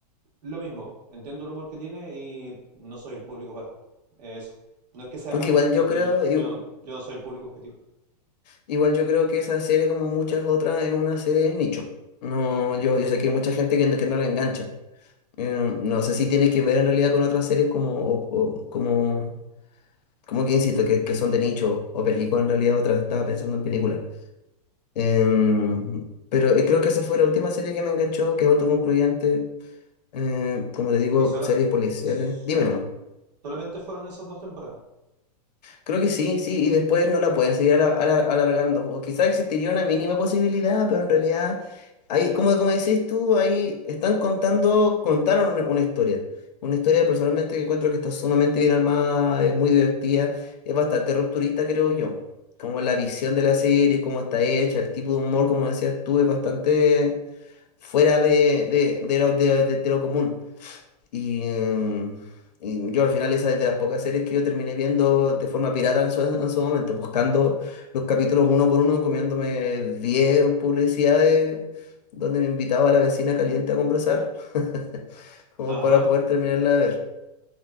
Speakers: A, on the right; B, on the left.
A: lo mismo, entiendo el humor que tiene y no soy el público para eh, eso. No es que sea
B: Porque
A: mala,
B: igual
A: es
B: yo creo,
A: que yo,
B: i-
A: yo, yo no soy el público objetivo.
B: igual yo creo que esa serie, como muchas otras, es una serie de nicho. No, yo, yo sé que hay mucha gente que, no- que no la engancha. Eh, no sé si tiene que ver en realidad con otras series como, o- o- como como que insisto, que, que son de nicho o películas en realidad, otras estaba pensando en películas. Em, pero eh, creo que esa fue la última serie que me enganchó, que es autoconcluyente. Em, como te digo,
A: Y solo,
B: series policiales.
A: es-
B: Dime nomás.
A: solamente fueron esas dos temporadas.
B: Creo que sí, sí, y después no la pueden seguir ala- ala- alargando. O quizás existiría una mínima posibilidad, pero en realidad, hay, como, como decís tú, ahí están contando, contaron una, una historia. Una historia personalmente que encuentro que está sumamente bien armada, es muy divertida, es bastante rupturista, creo yo. Como la visión de la serie, cómo está hecha, el tipo de humor, como decías tú, es bastante fuera de, de, de lo, de de- de lo común. Y, mm, y yo al final esa es de las pocas series que yo terminé viendo de forma pirata en su, en su momento, buscando los capítulos uno por uno, comiéndome 10 publicidades donde me invitaba a la vecina caliente a conversar, <laughs> como
A: Ajá.
B: para poder terminarla de ver.